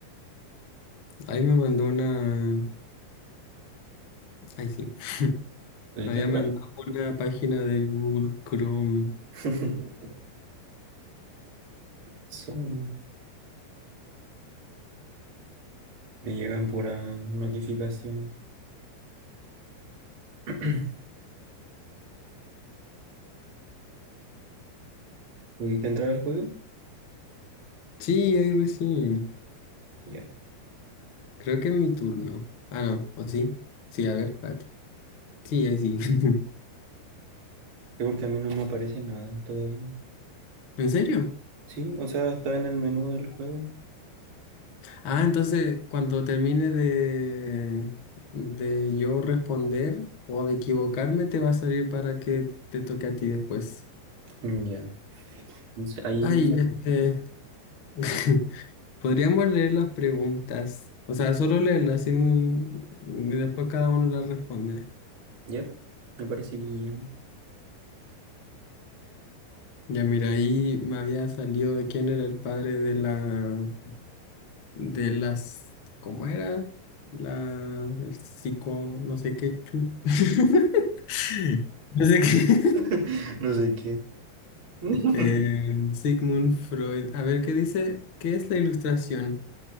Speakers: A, on the left; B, on the right.
A: Ahí me mandó una... Ay, sí,
B: ¿Oye,
A: me
B: te
A: había
B: entrar?
A: mandado una página de Google Chrome.
B: <laughs> ¿Qué pasó? Me llegan puras notificaciones. <clears throat> ¿Pudiste entrar al juego?
A: Sí, ahí recién.
B: Ya.
A: Creo que es mi turno. Ah, no, ¿o sí? Sí, a ver, espérate. Sí, ahí sí. <laughs>
B: Sí, porque a mí no me aparece nada todavía.
A: ¿En serio?
B: Sí, o sea, está en el menú del juego.
A: Ah, entonces, cuando termine de, de yo responder o de equivocarme, te va a salir para que te toque a ti después.
B: Mm, Ya. Entonces ahí,
A: Ay, este... <laughs> Podríamos leer las preguntas. O sea, solo leerlas sin- y después cada uno las responde.
B: ya, me parece bien.
A: Ya mira, ahí me había salido de quién era el padre de la... de las, ¿cómo era? La, el psico, no sé qué chu- <laughs> no sé qué.
B: <laughs>
A: <laughs>
B: No sé qué. <laughs>
A: Eh, Sigmund Freud. A ver, ¿qué dice? ¿Qué es la ilustración?